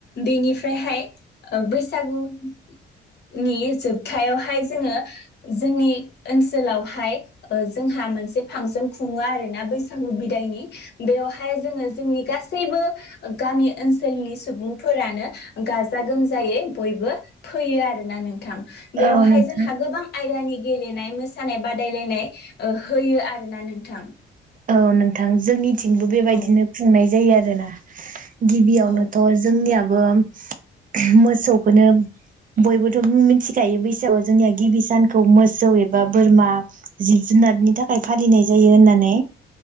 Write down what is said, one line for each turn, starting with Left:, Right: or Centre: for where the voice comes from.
Left: बेनिफ्रायहाय ओ बैसागुनि जोबथायावहाय जोङो जोंनि ओनसोलावहाय ओ जोंहा मोनसे फांसन खुङो आरोना बैसा गु बिदायनि बेवहाय जोङो जोंनि गासै गासैबो गामि ओनसोलनि सुबुंफोरानो गाजा गोमजायै बयबो फैयो आरोना नोंथां बेवहाय
Right: औ नोंथां
Left: जोंहा गोबां आयदानि गेलेनाय मोसा सानाय बादायलायनाय ओ होयो आरोना नोंथां
Right: औ नोंथां जोंनि थिंबो बेबायदिनो
Left: औ
Right: खुंनाय जायो आरो <unintelligible> गिबियावनोथ'
Left: औ
Right: जोंनियाबो बो मोसौखौनो बयबोथ' मि-मिथिखायो बैसागआव जोंनिया गिबि सानखौ मोसौ एबा बोरमा जिब जुनारनि थाखाय फालिनाय जायो होननानै